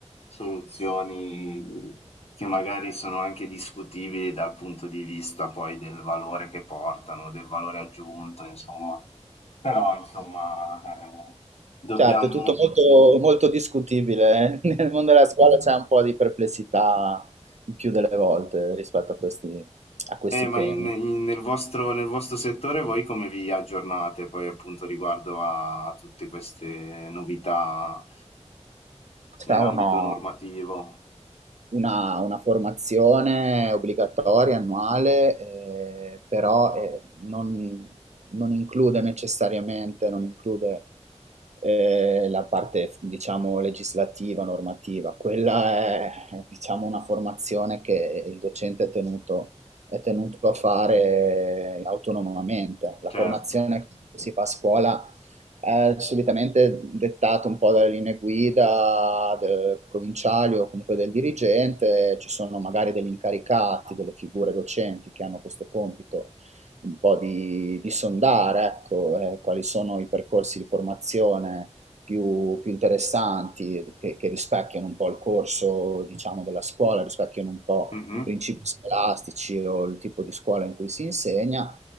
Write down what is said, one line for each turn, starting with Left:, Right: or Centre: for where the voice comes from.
Left: soluzioni che magari sono anche discutibili dal punto di vista poi del valore che portano, del valore aggiunto, insomma. Però, insomma, eh, dobbiamo
Right: Certo, è tutto molto, molto discutibile. eh. <laughs> Nel mondo della scuola c'è un po' di perplessità il più delle volte rispetto a questi, a questi
Left: Eh, ma
Right: temi.
Left: in in nel vostro nel vostro settore voi come vi aggiornate poi appunto riguardo a tutte queste novità
Right: C'è
Left: in ambito
Right: uno,
Left: normativo?
Right: Una, una formazione obbligatoria, annuale, eh, però eh, non, non include necessariamente, non include eh, la parte, diciamo, legislativa, normativa. Quella è, diciamo, una formazione che il docente è tenuto, è tenuto a fare autonomamente. La formazione
Left: Certo.
Right: che si fa a scuola è solitamente dettato un po' dalle linee guida del provinciali o comunque del dirigente, ci sono magari degli incaricati, delle figure docenti che hanno questo compito un po' di, di sondare, ecco, eh, quali sono i percorsi di formazione più, più interessanti, che, che rispecchiano un po' il corso, diciamo, della scuola, rispecchiano un po'
Left: Mh-mh.
Right: i principi scolastici o il tipo di scuola in cui si insegna